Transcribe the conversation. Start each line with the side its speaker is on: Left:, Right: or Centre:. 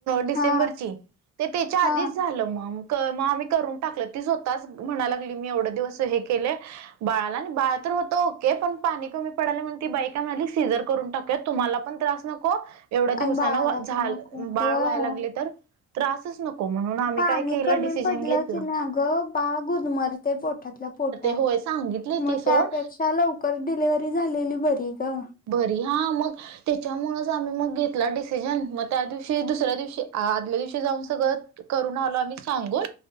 Right: डिसेंबरची
Left: हा
Right: त, तेच्या आधीच
Left: हा
Right: झालं म त म आम्ही करून टाकलं ती स्वतःच म्हणाय लागली मी एवढे दिवस हे केलय बाळाला आणि बाळा तर होतं ओके पण पाणी कमी पडालय म्हणून ती बाई का म्हणाली सीझर करून टाकू या तुम्हाला पण त्रास नको एवढ्या दिवसान
Left: आणि बाळाला
Right: झा
Left: पण नको
Right: बाळ
Left: होय
Right: व्हायला लागलय तर त्रासच नको म्हणून आम्ही
Left: पाणी
Right: काय केलं
Left: कमी
Right: डिसिजन
Left: पडलं
Right: घेतलां.
Left: की ना अगं बाळ गुदमरतय पोटातल्या पोटात
Right: होय सांगितली
Left: म
Right: ती सोड
Left: त्यापेक्षा लवकर डिलिव्हरी झालेली बरी ग.
Right: बरी हा मग त्याच्यामुळच आम्ही मग घेतला डिसिजन म त्या दिवशी दुसऱ्या दिवशी आदल्या दिवशी जाऊन सगळं करून आलो आम्ही सांगुण